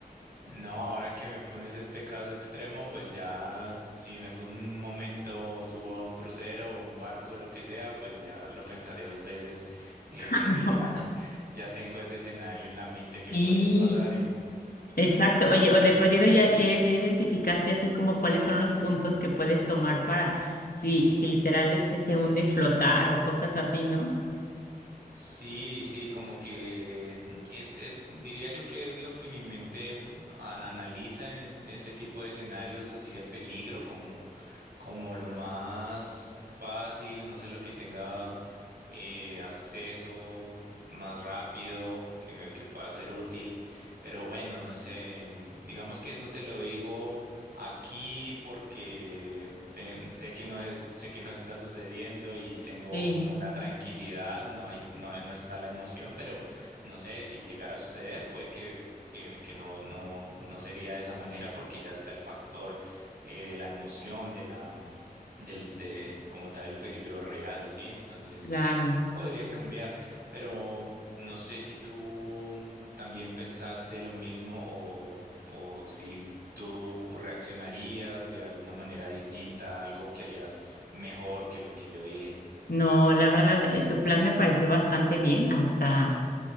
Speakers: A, on the right; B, on the left.
A: No, ahora que me pones este caso extremo, pues ya si en algún momento subo a un crucero o un barco, lo que sea, pues ya lo pensaré dos veces eh,
B: <laughs> Ay,
A: porque
B: no.
A: ya, <laughs> ya tengo ese escenario en la mente
B: Sí,
A: que podría pasar y
B: exacto. Oye, o de perdido ya, ya, ya identificaste así como cuáles son los puntos que puedes tomar para si, si literal este se hunde flotar o cosas así, ¿no?
A: sí, sí, como que mm, es, es, diría yo que es lo que mi mente an- analiza en, es- en ese tipo de escenarios así de peligro, como lo más fácil, no sé, lo que tenga eh, acceso más rápido, que, que pueda ser útil, pero bueno, no sé, digamos que eso te lo digo aquí porque te- sé que no es, sé que no está sucediendo y tengo
B: Sí,
A: como la tranquilidad, no hay, no, hay- no está la emoción, pero no sé, si llegara a suceder, puede que Que, que no, no, no sería de esa manera porque ya está el factor eh, de la emoción, de la, del, de como tal el peligro real, ¿sí? Entonces
B: claro.
A: podría cambiar, pero no sé si tú también pensaste lo mismo o, o si tú reaccionarías de alguna manera distinta, algo que harías mejor que lo que yo dije.
B: No, la verdad, eh, tu plan me pareció bastante bien, hasta,